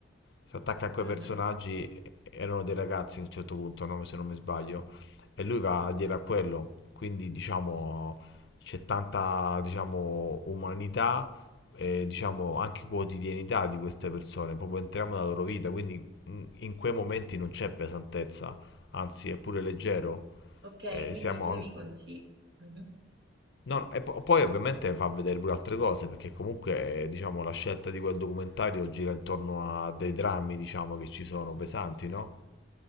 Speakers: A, on the left; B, on the right.
A: Si attacca a quei
B: Mhm.
A: personaggi, erano dei ragazzi a un certo punto, no? Se non mi sbaglio, e lui va a dire a quello, quindi diciamo c'è tanta, diciamo, umanità e diciamo anche quotidianità di queste persone, proprio entriamo nella loro vita, quindi in in quei momenti non c'è pesantezza, anzi è pure leggero.
B: Ok,
A: Eh,
B: quindi
A: siamo
B: tu
A: an-
B: mi consigli... Mhm.
A: No, no, e po- poi ovviamente fa vedere pure altre cose, perché comunque, eh, diciamo, la scelta di quel documentario gira intorno a dei drammi, diciamo, che ci sono pesanti, no?